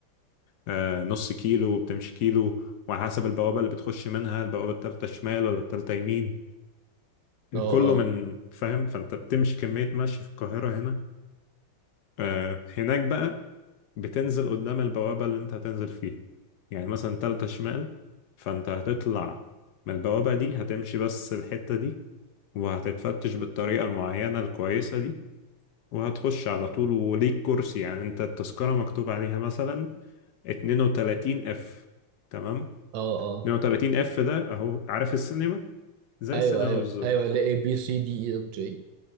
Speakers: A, on the left; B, on the right.
A: آه، نص كيلو وبتمشي كيلو وعلى حسب البوابة اللي بتخش منها البوابة التالتة شمال ولا التالتة يمين
B: اه اه
A: كله من
B: اه
A: فاهم فانت بتمشي كمية مشي في القاهرة هنا آه، هناك بقى بتنزل قدام البوابة اللي انت هتنزل فيها يعني مثلا تالتة شمال فانت هتطلع من البوابة دي هتمشي بس الحتة دي وهتتفتش بالطريقة المعينة الكويسة دي وهتخش على طول وليك كرسي يعني انت التذكرة مكتوب عليها مثلا 32 اف تمام
B: اه اه.
A: 32 اف ده اهو عارف السينما زي
B: ايوه
A: السينما
B: ايوه
A: بالظبط
B: ايوه اللي A B C D E F G